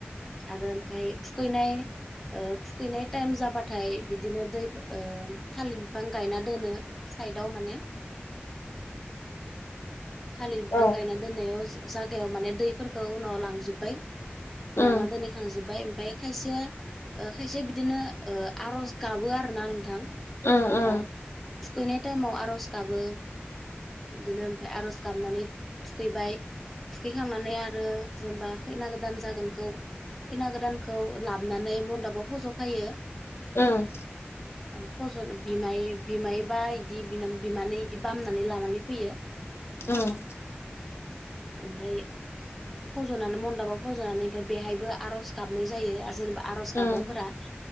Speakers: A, in the centre; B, on the left (about 80°).
A: आरो ओमफाय थुखैनाय ओ थुखैनाय टाइम जाबाथाय नाथाय बिदिनो दै ओ थालिर बिफां गायना दोनो साइदआव माने <inaudible> थालिर बिफां
B: औ
A: गायना दोननायाव जागायाव माने दैफोरखौ उनाव लांजोब्बाय
B: उम
A: लांना दोनहैखांजोब्बाय ओमफ्राय खायसेया ओ खायसे बिदिनो ओ आर'ज गाबो आर ना नोंथां
B: उम
A: जेनेबा
B: उम
A: थुखैनाय टाइमाव आर'ज गाबो बिदिनो ओमफफ्राय आरज गाबनानै थुखैबाय थुखैखांनानै आरो जेनबा खैना गोदान जागोनखौ खैना गोदानखौ लाबोनानै मन्दाबाव फज'फैयो
B: ओम
A: औ फजन बिमाय बिमायबा इदि बिनाम बिमानै इदि बामनानै लानानै फैयो <inaudible>
B: उम
A: ओमफाय फजनानो मन गाबाव फजनानै ओमफाय बेहायबो आर'ज गाबनाय जायो आरो जेनेबा आर'ज
B: उम
A: गाबग्राफोरा